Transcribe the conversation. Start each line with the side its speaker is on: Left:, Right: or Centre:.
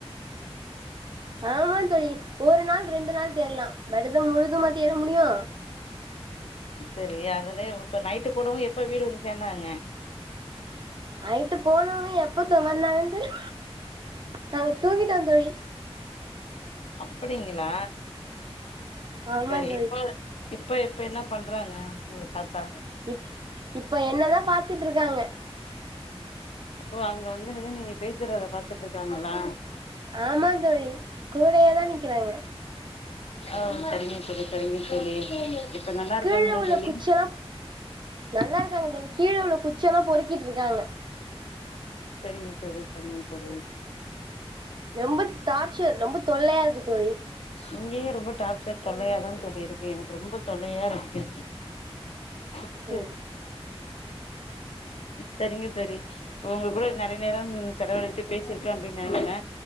Right: ஆமா தோழி ஒரு நாள் ரெண்டு நாள் தேடலா வருதம் முழுதுமா தேட முடியு
Left: சரி அதுனே இப்ப நைட்டு போனவங்க எப்ப வீடு வந்து சேந்தாங்க
Right: நைட்டு போனவங்க எப்பத்த வந்தாங்கன் தெரியு நாங்க தூங்கிட்டோ தோழி
Left: அப்டிங்களா
Right: ஆமா
Left: சரி
Right: தோழி
Left: இப்ப இப்ப எப்ப என்ன பண்றாங்க உங்க தாத்தா
Right: இப் இப்ப என்னதா பாத்துட்ருக்காங்க
Left: ஓ அங்க வந்து நின்னு நீங்க பேசுறத பாத்துட்ருக்காங்களா
Right: ஆமா தோழி கூடயே தா நிக்கிறாங்க
Left: அ சரிங்க தோழி சரிங்க தோழி இப்ப நல்லா இருக்காங்களா
Right: கீழ உள்ள
Left: தோழி
Right: குச்செல்லா நல்லா இருக்காங்க தோழி கீழ உள்ள குச்செல்லா பொறுக்கிட்டு இருக்காங்க
Left: சரிங்க தோழி சரிங்க தோழி
Right: ரொம்ப தார்ச்சர் ரொம்ப தொல்லையா இருக்கு தோழி
Left: இங்கயு ரொம்ப டார்ச்சர் தொல்லையா தா தோழி இருக்கு எனக்கு ரொம்ப தொல்லையா இருக்கு அச்சு
Right: ம்
Left: சரிங்க தோழி இப்ப உங்க கூட நெறைய நேரம் செலவழித்து பேசியிருக்க அப்டின் நெனைக்கிறே